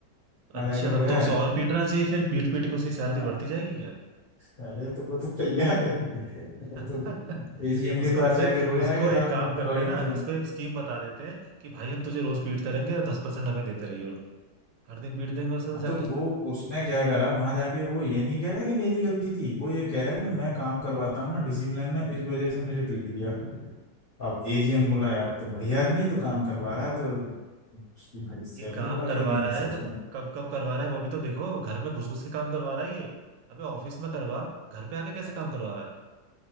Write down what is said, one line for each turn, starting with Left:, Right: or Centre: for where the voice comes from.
Right: अच्छा
Left: मजा के
Right: तब
Left: रोया
Right: तो उसे
Left: है
Right: और पीटना चाहिए फिर पीट पीट के उसकी सैलरी
Left: हाँ
Right: बढ़ती जाएगी क्या?
Left: अरे तो वो तो तैयार है वो
Right: <laughs>
Left: तो एजीएम
Right: उसको
Left: के पास जाके
Right: फिर
Left: रोया
Right: उसको
Left: है कि साहब
Right: एक काम
Left: एम्प्लॉय
Right: करते हैं
Left: मुझे
Right: ना उसको एक स्कीम बता देते हैं कि भाई हम तुझे रोज पीटते रहेंगे दस परसेंट हमें देते रहिए हर दिन पीट देंगे उसे तो
Left: हाँ तो
Right: जाके
Left: वो उसने क्या करा वहां जाके वो ये नहीं कह रहा है कि मेरी गलती थी वो ये कह रहा है कि
Right: हाँ
Left: मैं काम करवाता हूँ ना डिसिप्लिन में इस वजह से मुझे पीट दिया अब
Right: अरे
Left: एजीएम बोला यार तो बढ़िया आदमी है तो काम करवा रहा है तो उसकी भाई सैलरी
Right: ये काम
Left: बढ़ा अगले
Right: करवा
Left: महीने
Right: रहा
Left: से
Right: है
Left: उसको
Right: तो कब कब करवा रहा है वो भी तो देखो घर में घुस घुस के काम करवा रहा है ये अबे ऑफिस में करवा घर पे आके कैसे काम करवा रहा